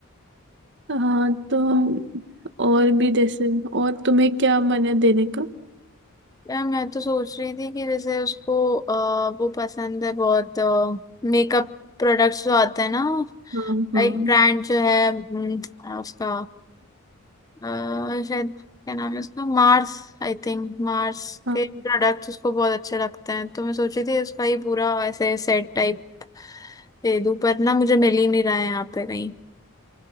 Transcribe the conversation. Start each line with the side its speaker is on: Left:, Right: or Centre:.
Right: हाँ तो हम और भी जैसे और तुम्हें क्या मन है देने का
Left: यार मैं तो सोच रही थी कि जैसे उसको अ, वो पसंद है बहुत मेकअप प्रोडक्ट्स जो आते हैं ना
Right: हाँ हाँ
Left: एक ब्रांड जो है हम्म, अ, उसका अ, शायद क्या नाम है उसका मार्स आई थिंक मार्स
Right: हाँ
Left: के प्रोडक्ट्स उसको बहुत अच्छे लगते हैं तो मैं सोच रही थी उसका ही पूरा ऐसे सेट टाइप दे दूं पर ना मुझे मिल ही नहीं रहा है यहाँ पे कहीं